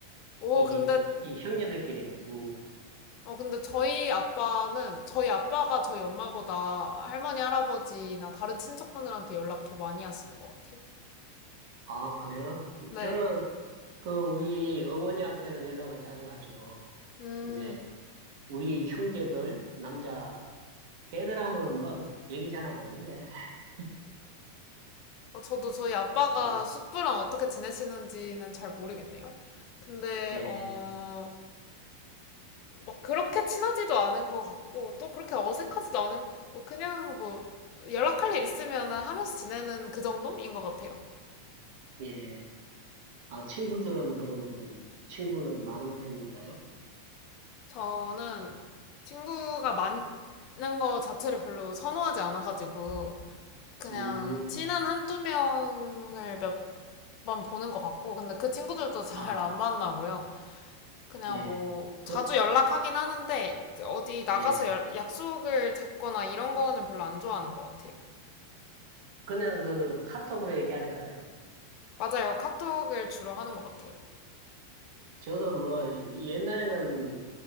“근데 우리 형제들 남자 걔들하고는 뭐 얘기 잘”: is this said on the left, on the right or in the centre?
Right